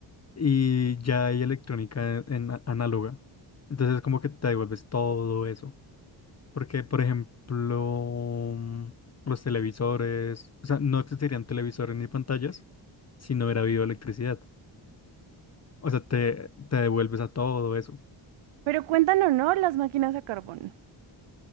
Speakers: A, on the left; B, on the right.
A: y ya hay electrónica en, a- análoga. Entonces como que te devuelves todo eso. Porque, por ejemplo, mm, los televisores, o sea, no existirían televisores ni pantallas si no hubiera habido electricidad. O sea, te, te devuelves a todo eso.
B: Pero cuentan o no las máquinas a carbón,